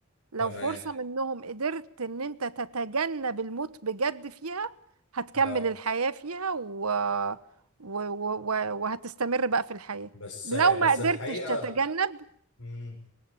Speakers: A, on the right; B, on the left.
A: لو
B: تمام
A: فرصة منهم قدرت ان انت تتجنب الموت بجد فيها هتكمل
B: اه
A: الحياة فيها و... و... و... و- وهتستمر بقى في الحياة
B: بس
A: لو
B: بس
A: ما قدرتش
B: الحقيقه
A: تتجنب
B: مم.